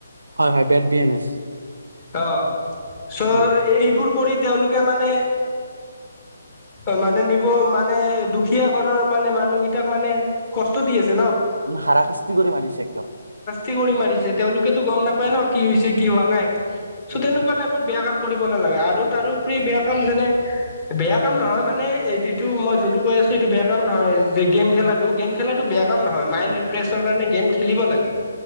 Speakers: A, on the right (about 75°); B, on the left (about 30°).
A: হয় হয় বেট বি এম এছ
B: আহ চ'
A: উম,
B: এইবোৰ কৰি তেওঁলোকে মানে অ মানে নিব মানে দুখীয়া ঘৰৰ মানে মানুহকেইটাক মানে কষ্ট দি আছে ন
A: হাৰাশাস্তি কৰি মাৰিছে একদম
B: ি কৰি মাৰিছে তেওঁলোকেতো গম নাপায় ন কি হৈছে কি হোৱা নাই চ'
A: উম,
B: তেনেকুৱা টাইপৰ বেয়া কাম কৰিব নালাগে আৰু তাৰোপৰি বেয়া কাম যেনে বেয়া কাম নহয়। মানে এই এইটো মই যোনটো কৈ আছো এইটো বেয়া কাম নহয় যে গেম খেলাাতটো গেম খেলাটো বেয়া ক নয় মাইণ্ড ফ্ৰেছৰ কাৰণে গেম খেলিব লাগে